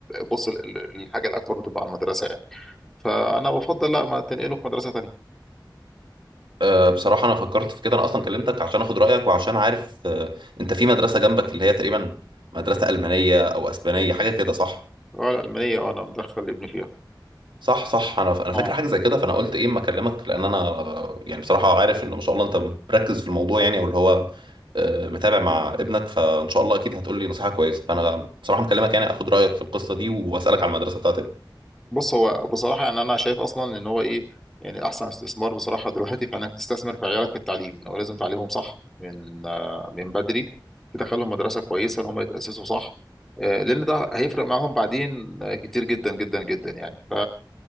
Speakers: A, in the centre; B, on the right.
A: بص ال- ال- الحاجه الاكبر بتبقى على المدرسه يعني فانا بفضل لا ما تنقله في مدرسه تانيه
B: آه، بصراحة أنا فكرت في كده أنا أصلا كلمتك عشان أخد رأيك وعشان عارف آه، أنت في مدرسة جنبك اللي هي تقريبا مدرسة ألمانية أو أسبانية حاجة كده صح؟
A: اه الالمانيه اه انا مدخل ابني فيها
B: صح صح أنا ف- أنا
A: اه
B: فاكر حاجة زي كده فأنا قلت إيه أما أكلمك لأن أنا آه، يعني بصراحة عارف إن ما شاء الله أنت مركز في الموضوع يعني أو اللي هو آه، متابع مع ابنك فإن شاء الله أكيد هتقول لي نصيحة كويسة فأنا بصراحة مكلمك يعني أخد رأيك في القصة دي وأسألك على المدرسة بتاعت ابنك
A: بص هو بصراحة يعني أنا شايف أصلا إن هو إيه يعني أحسن استثمار بصراحة دلوقتي في إنك تستثمر في عيالك في التعليم إن هو لازم تعليمهم صح من آه، من بدري تدخلهم مدرسة كويسة إن هم يتأسسوا صح آه، لأن ده هيفرق معاهم بعدين آه، كتير جدا جدا جدا يعني ف